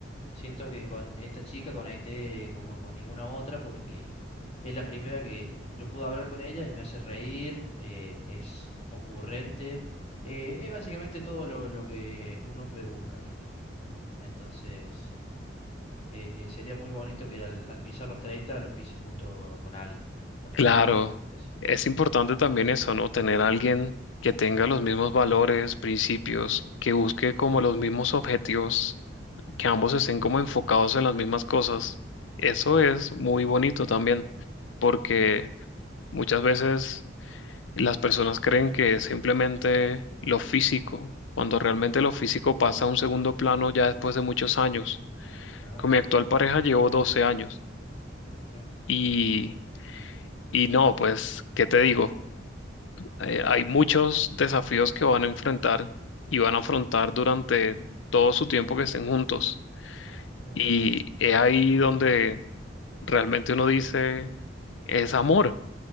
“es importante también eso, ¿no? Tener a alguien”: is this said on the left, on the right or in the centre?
Left